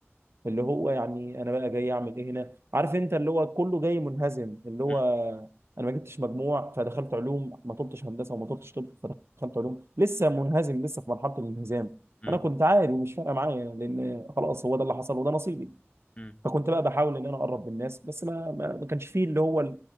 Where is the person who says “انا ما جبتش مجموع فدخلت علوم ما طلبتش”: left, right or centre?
Right